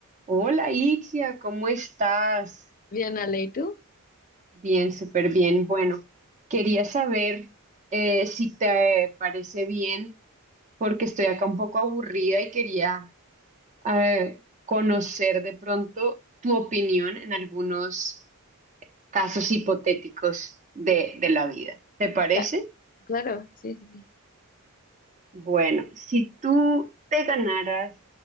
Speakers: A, on the right; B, on the left.
A: Hola Itzia, ¿cómo estás?
B: Bien, Ale, ¿y tú?
A: Bien, súper bien. Bueno, quería saber eh, si te parece bien, porque estoy acá un poco aburrida y quería eh, conocer de pronto tu opinión en algunos casos hipotéticos de, de la vida. ¿Te parece?
B: La- claro, sí, sí, sí.
A: Bueno, si tú te ganaras